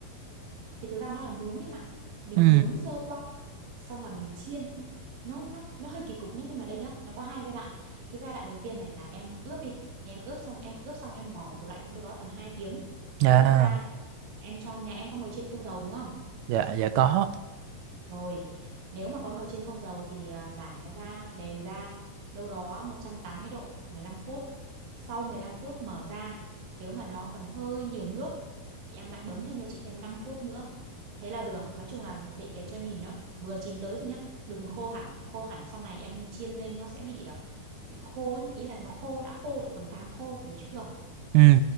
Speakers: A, on the right; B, on the right.
A: thì thực ra nó là nướng em ạ mình
B: ừ
A: nướng sơ qua xong là mình chiên nó nó nó hơi kỳ cục nhé nhưng mà đây nhá nó có hai giai đoạn cái giai đoạn đầu tiên này là em ướp đi em ướp xong em ướp xong em bỏ vào tủ lạnh đâu đó tầm 2 tiếng
B: dạ
A: thì em nhấc ra em cho nhà em có nồi chiên không dầu đúng không
B: dạ dạ có
A: Rồi, nếu mà có nồi chiên không dầu thì à, rải nó ra, đều ra, đâu đó 180 độ, 15 phút. Sau 15 phút mở ra, nếu mà nó còn hơi nhiều nước thì em lại bấm thêm cho chị thêm 5 phút nữa. Thế là được, nói chung là để, để cho nhìn nó vừa chín tới thôi nhá, đừng khô hẳn, khô hẳn sau này em chiên lên nó sẽ bị à, bị khô ấy. Ý là nó khô đã khô lại còn càng khô, hiểu chưa?
B: ừ